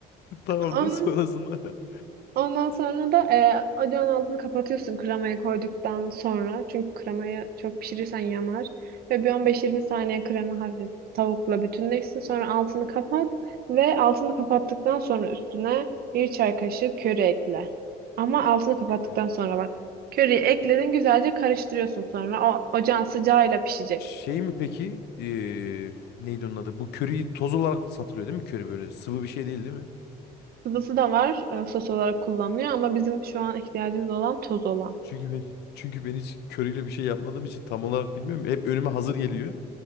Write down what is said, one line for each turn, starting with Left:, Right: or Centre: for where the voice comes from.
Left: Tamamdır
Right: <laughs> Onun
Left: sonrasında.
Right: Ondan sonra da e, ocağın altını kapatıyorsun kremayı koyduktan sonra. Çünkü kremayı çok pişirirsen yanar. Ve bir 15-20 saniye krema hafif tavukla bütünleşsin. Sonra altını kapat ve altını kapattıktan sonra üstüne bir çay kaşığı köri ekle. Ama altını kapattıktan
Left: Kü-
Right: sonra bak. Köriyi ekledin güzelce karıştırıyorsun sonra. O ocağın sıcağıyla pişecek.
Left: Şey mi peki? Ee, neydi onun adı? Bu köriyi toz olarak satılıyor değil mi? Köri böyle sıvı bir şey değil değil mi?
Right: Sıvısı da var e, sos olarak kullanılıyor ama bizim şu an ihtiyacımız olan toz olan.
Left: Çünkü ben çünkü ben hiç köriyle bir şey yapmadığım için tam olarak bilmiyorum. Hep önüme hazır geliyor.